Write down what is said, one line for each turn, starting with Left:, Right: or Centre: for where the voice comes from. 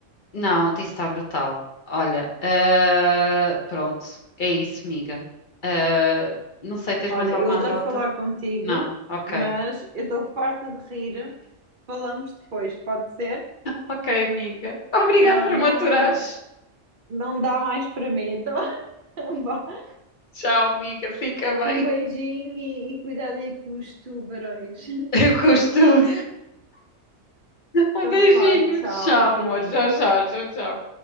Left: Não, isso está brutal. Olha, ah, pronto. É isso, miga. Ah, não sei, tens
Right: Olha,
Left: mais alguma
Right: eu adoro
Left: andota?
Right: falar contigo,
Left: Não? Ok.
Right: mas eu estou farta de rir. Falamos depois, pode ser?
Left: Ok, amiga. Obrigada
Right: Não,
Left: por
Right: não,
Left: me aturares.
Right: não dá mais para mim. Então, <laughs> vá.
Left: Tchau, amiga. Fica bem.
Right: um beijinho e, e cuidado aí com os tubarões.
Left: Eu costumo. Um
Right: Então,
Left: beijinho.
Right: vá, tchau,
Left: Tchau,
Right: beijinho.
Left: amor. Tchau, tchau, tchau, tchau.